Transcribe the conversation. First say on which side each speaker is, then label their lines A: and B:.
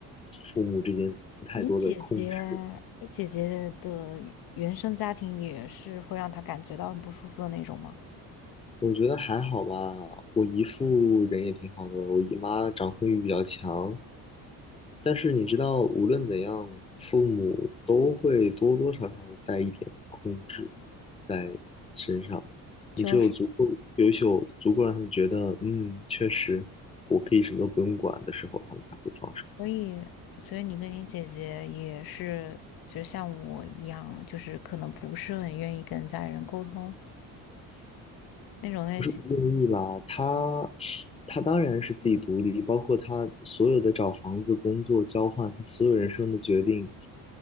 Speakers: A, on the left (about 15°); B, on the left (about 60°).
A: 父母之间太多的控制。
B: 你姐姐，你姐姐的原生家庭也是会让她感觉到很不舒服的那种吗？
A: 我觉得还好吧，我姨父人也挺好的，我姨妈掌控欲比较强，但是你知道，无论怎样，父母都会多多少少的带一点控制在身上。你只有足够优秀，
B: 就是。
A: 足够让他们觉得，嗯，确实我可以什么都不用管的时候，他们才会放手。
B: 所以，所以你跟你姐姐也是，就像我一样，就是可能不是很愿意跟家里人沟通那种类型，
A: 不是不愿意吧？他他当然是自己独立，包括他所有的找房子、工作、交换，他所有人生的决定，